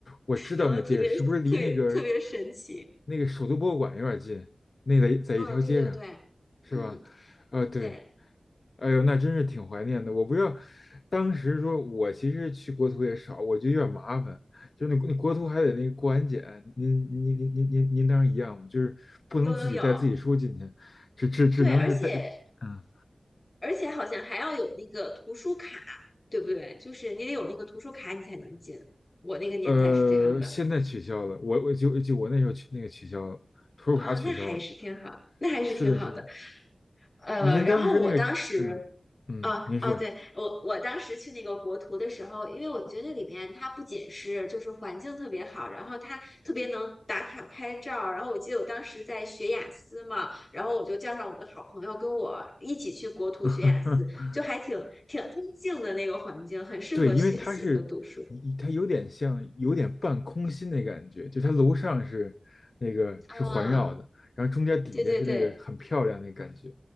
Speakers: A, on the left; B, on the left.
A: 我知道那地儿是不是离那个
B: 然后特别特别特别神奇。
A: 那个首都博物馆有点近？那在在一条街上，
B: 哦，对对对，
A: 是吧？
B: 嗯，
A: 啊，对，
B: 对，
A: 哎呦，那真是挺怀念的。我不知道，当时说我其实去国图也少，我觉得有点麻烦，就是那那国图还得那个过安检。您您您您您您您当时一样吗？就是不能自己带自己书进去，
B: 有有有，
A: 只只只能是带，
B: 对，而且
A: 嗯
B: 而且好像还要有那个图书卡，对不对？就是你得有那个图书卡，你才能进。我那个年代是这样的。
A: 呃，现在取消了。我我就就我那时候取那个取消了，图书卡取消了。
B: 哦，那还是挺好，那还是挺好的。
A: 是的，是的。
B: 呃，
A: 您当时那个，
B: 然后我当时
A: 嗯嗯，
B: 哦哦，
A: 您说。
B: 对，我我当时去那个国图的时候，因为我觉得那里面它不仅是就是环境特别好，然后它特别能打卡拍照，然后我记得我当时在学雅思嘛，然后我就叫上我的好朋友跟我一起去国图学雅思，
A: <laughs>
B: 就还挺挺安静的那个环境，很适合学习和读书。
A: 对，因为它是，一它有点像，有点半空心的感觉，就它楼上是那个是环绕的，
B: 啊，
A: 然后中间底下是那个很漂亮那感觉。
B: 对对对，